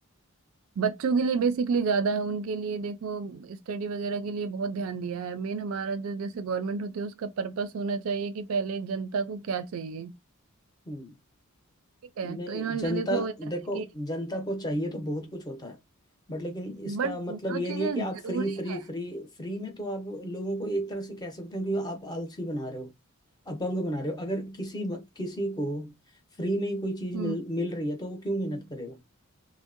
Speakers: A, on the right; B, on the left.
A: बच्चों के लिए बेसिकली ज्यादा है उनके लिए देखो स्टडी वगैरह के लिए बहुत ध्यान दिया है मेन हमारा जो जैसे गवर्नमेंट होती है उसका पर्पस होना चाहिए कि पहले जनता को क्या चाहिए
B: हम्म
A: ठीक है
B: नहीं
A: तो इन्होंने
B: जनता
A: देखो जैसे
B: देखो
A: कि
B: जनता को चाहिए तो बहुत कुछ होता है बट लेकिन इसका
A: बट
B: मतलब
A: जो
B: ये
A: चीजें
B: नहीं है कि आप
A: जरूरी
B: फ्री फ्री
A: है
B: फ्री फ्री में तो आप लोगों को एक तरह से कह सकते हो कि आप आलसी बना रहे हो अपंग बना रहे हो अगर किसी किसी को फ्री में ही कोई चीज
A: हम्म
B: मिल मिल रही है तो वो क्यों मेहनत करेगा